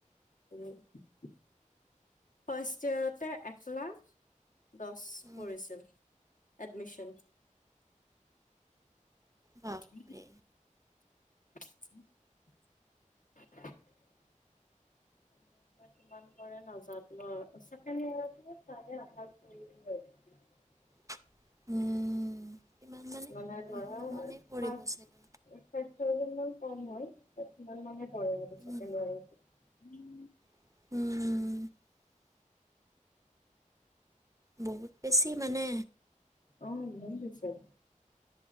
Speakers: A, on the left (about 75°); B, on the right (about 25°).
A: ফাৰ্ষ্ট ইয়েৰতে এক লাখ দশ
B: উম,
A: পৰিছিল, এডমিচন। <unintelligible>
B: বাপৰে
A: <unintelligible>
B: উম কিমান অ,
A: মানে ধৰা
B: সিমান
A: আৰু
B: মানেই পৰিব
A: পাঁচ,
B: চাগে
A: ফাইভ থাউজেন্ডনমান কম হয়, মোৰ মানে হয় আৰু
B: উম,
A: <unintelligible> হুম
B: <inaudible> বহুত বেছি মানে
A: অঁ নন্দেশ্বৰ